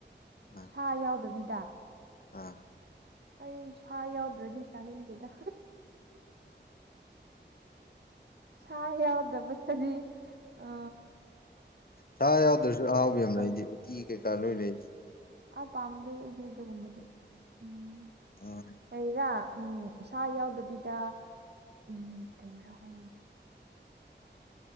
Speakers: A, on the left; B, on the right.
A: ꯑꯥ
B: ꯁꯥ ꯌꯥꯎꯗꯕꯤꯗ
A: ꯑꯥ
B: ꯑꯩ ꯁꯥ ꯌꯥꯎꯗ꯭ꯔꯗꯤ ꯆꯥꯅꯤꯡꯗꯦꯗ ꯁꯥ ꯌꯥꯎꯗꯕꯗꯗꯤ ꯑ
A: ꯁꯥ ꯌꯥꯎꯗ꯭ꯔꯁꯨ ꯑꯍꯥꯎꯕ ꯌꯥꯝ
B: ꯀꯪ
A: ꯂꯩꯗꯤ ꯎꯇꯤ ꯀꯩꯀꯥ ꯂꯣꯏꯂꯩ꯫
B: ꯑꯥ ꯄꯥꯝꯗꯦ ꯑꯩꯗꯤ ꯑꯗꯨꯒꯨꯝꯕꯗꯤ ꯎꯝ
A: ꯑ
B: ꯀꯩꯔꯥ ꯎꯝ ꯁꯥ ꯌꯥꯎꯗꯕꯤꯗ ꯎꯝ ꯀꯩꯔꯥ ꯍ